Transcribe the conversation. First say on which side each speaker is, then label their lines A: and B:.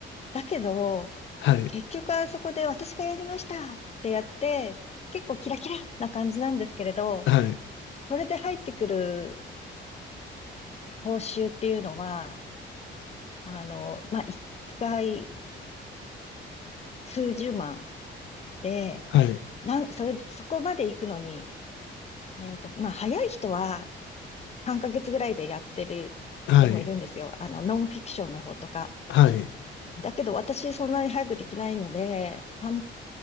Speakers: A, on the left; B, on the left.
A: だけど、
B: はい、
A: 結局あそこで私がやりましたってやって、結構キラキラな感じなんですけれど、
B: はい、
A: それで入ってくる報酬っていうのは、あの、まあ、一回数十万で、
B: はい、
A: なん、それそこまで行くのに、えっと、まあ、早い人は半ヶ月ぐらいでやってる人もいるんですよ。
B: はい、
A: あの、ノンフィクションの方とか。
B: はい。
A: だけど、私、そんなに早くできないので、半